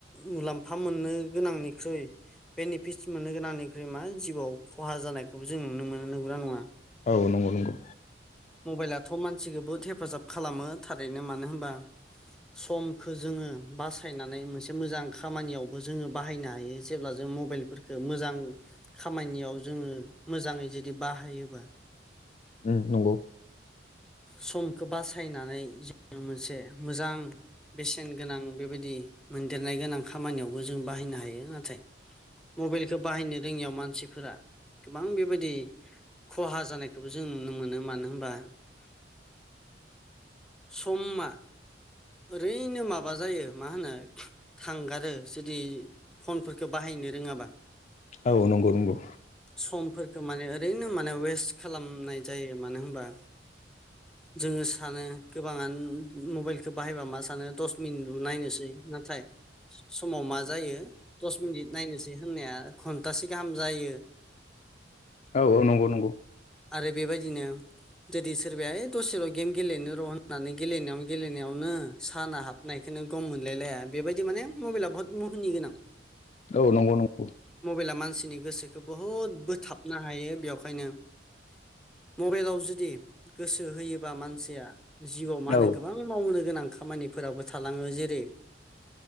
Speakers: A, in the centre; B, on the left (about 40°).
A: मुलाम्फा मोननो गोनांनिख्रुइ बेनिफिट्स मोननो गोनांनिख्रुइ मा जिउआव खहा जानायखौबो जों नुनो मोनो नंगोना नङा
B: औ नंगौ नंगौ
A: मबाइलाथ' मानसिखौ बहुत हेफाजाब खालामो थारैनो मानो होनबा समखौ जोङो बासायनानै मोनसे मोजां खामानियावबो जोङो बाहायनो हायो जेब्ला जों मबाइल फोरखो मोजां खामानियाव जोङो मोजाङै जुदि बाहायोबा
B: उ नंगौ
A: समखौ बासायनानै जोङो मोनसे मोजां बेसेन गोनां बेबायदि मोनदेरनाय गोनां खामानियावबो जों बाहायनो हायो नाथाय मबाइलखौ बाहायनो रोङियाव मानसिफोरा गोबां बेबायदि खहा जानायखौबो जों नु नुनो मोन मानो होनबा समा ओरैनो माबा जायो मा होनो थांगारो जुदि फनफोरखौ बाहायनो रोङाबा
B: औ नंगौ नंगौ
A: समफोरखौ माने ओरैनो माने वेस्ट खालामनाय जायो मानो होनबा जोङो सानो गोबाङानो मबाइलखौो बाहायबा मा सानो दस मिनिटल' नायनोसै नाथाय समाव मा जायो दस मिनिट नायनोसै होननाया घन्टासे गाहाम जायो।
B: औ औ नंगौ नंगौ
A: आरो बेबायदिनो जुदि सोरबाया इ दसेल' गेम गेलेनो र' होननानै गेलेनायाव गेलेनायाव नो साना हाबनायखौोननो गम मोनलायलाया बेबायदि माने मबाइला बुहुत मुहनि गोनां।
B: औ नंगौ नंगौ
A: मबाइला मानसिनि गोसोखौ बहुद बोथाबनो हायो बेवहायनो मबेलाव जुदि गोसो हो बा मानसिया जिउआव मा
B: औ
A: होनो
B: नंगौ
A: गोबां मावनो गोनां खामानिफोराबो थालाङो जेरै